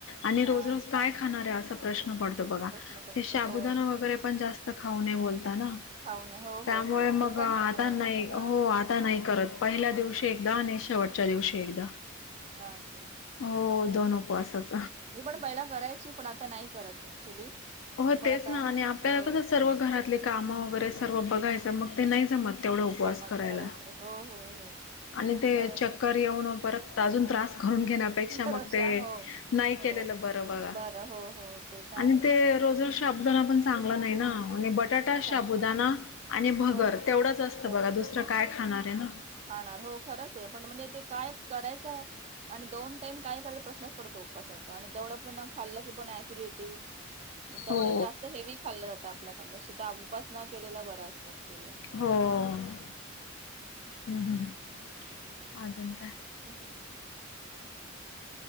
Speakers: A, on the left; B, on the right.
A: आणि
B: हा
A: रोज रोज काय खाणार आहे असा प्रश्न पडतो. बघा
B: प्रश्न पडतो
A: ते शबुदाना
B: हो
A: वगैरे पण जास्त खाऊ नये बोलता ना.
B: खाऊ नये हो हो
A: त्यामुळे
B: हो
A: मगं
B: ते पण चांगलं
A: आता नाही
B: नसतं
A: हो
B: हा
A: आता. नाही करत पहिल्या दिवशी एकदा आणि शेवटच्या दिवशी एकदा.
B: हा का.
A: हो दोन उपवास <unintelligible>
B: मी पण पहिला करायची पण आता नाही करत ऍक्च्युली.
A: हो
B: पण
A: तेच
B: आता
A: ना आणि आपल्याला
B: हो
A: कसं सर्व घरातले कामं वगैरे सर्व बघायचं. मगं ते
B: पण
A: नाही जमत तेवढा उपवास
B: जमत
A: करायला.
B: खरंच आहे हो हो हो
A: आणि ते
B: खरंच
A: चक्कर
B: आहे
A: येऊन परत अजून त्रास करून घेण्यापेक्षा
B: भरोशा
A: मगं ते नाही-
B: हो
A: नाही
B: हो
A: केलेल बरं बघा
B: बरं हो हो ते तर आहेच
A: आणि ते रोज रोज साबुदाणा- बटाटा
B: नाही चांगलं
A: शबुदाणा आणि भगर
B: हो
A: तेवढंच असतं
B: मग
A: बघा दुसर कायं. खाणार आहे ना.
B: खाणार हो खरंच आहे पण म्हणजे ते काय करायचं. आणि दोन टाइम काय कराय प्रश्नच पडतो उपवासाचा आणि तेवढं पुन्हा खाल्लं. पण ॲसिडीटी मगं तेवढंच
A: हो
B: जास्त हेवी खाल्ल जातं आपल्याकडून <inaudible> न केलेला बरा असतं ॲच्युली.
A: हो. हम्म हम्म अजून कायं.
B: <inaudible>